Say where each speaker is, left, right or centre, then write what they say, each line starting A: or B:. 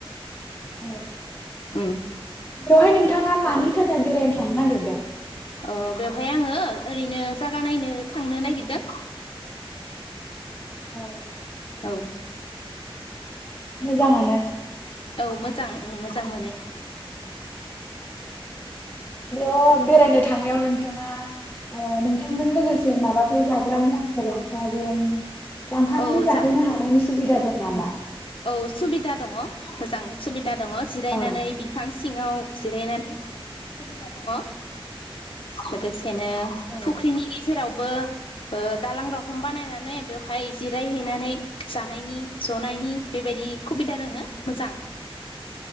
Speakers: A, on the left (about 20°); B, on the left (about 60°).
A: औ
B: ओम
A: बेवहाय नोंथाङा मानि थाखाय बेरायनो थांनो नागिरदों?
B: ओ बेवहाय आङो ओरैनो जागा नायनो थांनो नागिरदों।
A: औ
B: औ
A: मोजाङानो।
B: औ मोजां मोजां मोनो।
A: बेयाव बेरायनो थांनायाव नोंथाङा ओ नोंथांजों लोगोसे माबाफोर जाग्रा मुवाफोर लांफागोन लांफानानै
B: औ
A: जाहैनो
B: जा
A: हानायनि सुबिदा दं नामा
B: औ सुबिदा दङ मोजां सुबि दा दङ जिरायनानै
A: औ
B: बिफां सिङाव जिरायनानै जानाय सुबिदा दंङो लोगोसे सेनो
A: औ
B: फुख्रिनि गेजेराव बो दालां रखम बानायनानै बेवहाय जिरायहैनानै जानायनि जनायनि बेबायदि खुबिदा दोङो मोजां